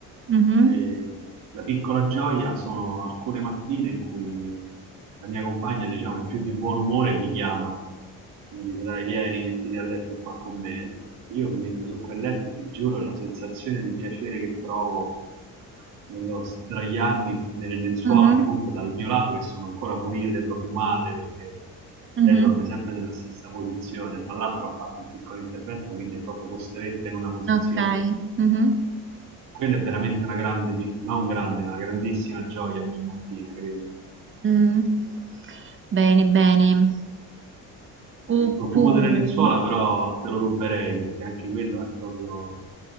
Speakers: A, on the right; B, on the right.
A: mhm,
B: E la piccola gioia sono alcune mattine in cui la mia compagna, diciamo, è più di buon umore e mi chiama, mi dice dai vieni, mettiti a letto qua con me. Io mi metto su quel letto, ti giuro, la sensazione di piacere che provo nello sdraiarmi nelle lenzuola
A: mhm.
B: appunto dal mio lato che sono ancora pulite, profumate perché
A: Mhm,
B: lei dorme sempre nella stessa posizione. Tra l'altro ha fatto un piccolo intervento, quindi è proprio costretta in una posizione.
A: Ok. Mhm,
B: Quella è veramente una grande, pic- non grande, ma una grandissima gioia ogni mattina, credimi.
A: mm. Bene, bene.
B: Il
A: Oppure...
B: profumo delle lenzuola però te lo ruberei perché anche quello è proprio